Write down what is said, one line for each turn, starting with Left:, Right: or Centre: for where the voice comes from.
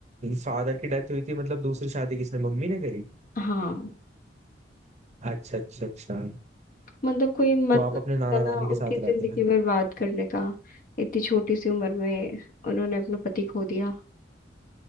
Right: फादर की डेथ हुई थी मतलब दूसरी शादी किसने मम्मी ने करी
Left: हाँ
Right: अच्छा अच्छा अच्छा
Left: मतलब कोई मतलब
Right: तो आप अपने नाना
Left: है ना
Right: नानी के
Left: उनकी
Right: साथ रहते
Left: जिंदगी
Right: हैं
Left: बर्बाद करने का इतनी छोटी सी उम्र में उन्होंने अपना पति खो दिया